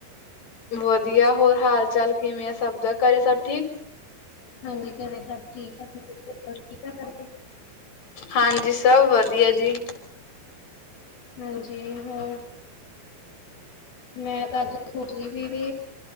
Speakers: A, on the left (about 45°); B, on the left (about 70°).
A: ਵਧੀਆ ਹੋਰ ਹਾਲ ਚਾਲ ਕਿਵੇਂ ਆ ਸਭ ਦਾ ਘਰੇ ਸਭ ਠੀਕ।
B: ਹਾਂਜੀ ਘਰੇ ਸਭ ਠੀਕ ਆ ਠੀਕ ਆ ਸਾਰੇ
A: ਹਾਂਜੀ ਸਭ ਵਧੀਆ ਜੀ।
B: ਹਾਂਜੀ ਹੋਰ ਮੈਂ ਤਾਂ ਅੱਜ ਸੋਚਦੀ ਸੀ ਵੀ